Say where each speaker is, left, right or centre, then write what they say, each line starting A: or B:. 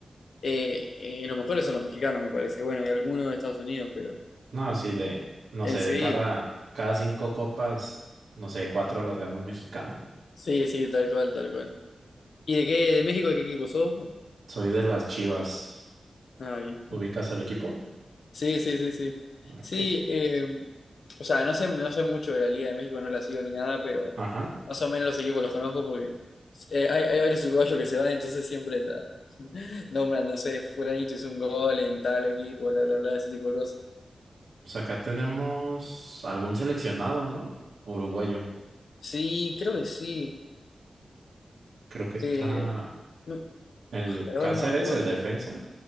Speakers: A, on the left; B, on the right.
A: Eh, eh, los mejores son los mexicanos, me parece, bueno, y algunos de Estados Unidos, pero
B: No, sí, de, no
A: en
B: sé,
A: sí,
B: de cada, cada cinco copas, no sé, cuatro las ganó un mexicano.
A: sí, sí, tal cual, tal cual. ¿Y de qué, de México, de qué equipo sos?
B: Soy de las Chivas.
A: Ah, bien.
B: ¿Ubicas al equipo?
A: Sí, sí, sí, sí.
B: Ok.
A: Sí, eh, o sea, no sé, no sé mucho de la Liga de México, no la sigo ni nada, pero
B: Ajá.
A: más o menos los equipos los conozco porque eh, hay, hay varios uruguayos que se van, entonces siempre ta, <laughs> nombran, no sé, fulanito hizo un gol en tal equipo, bla, bla, bla, ese tipo de cosas.
B: Pues acá tenemos algún seleccionado, ¿no? Uruguayo.
A: Sí, creo que sí.
B: Creo que está
A: Eh, no,
B: el
A: ahora
B: Cáceres,
A: no me acuerdo.
B: el defensa,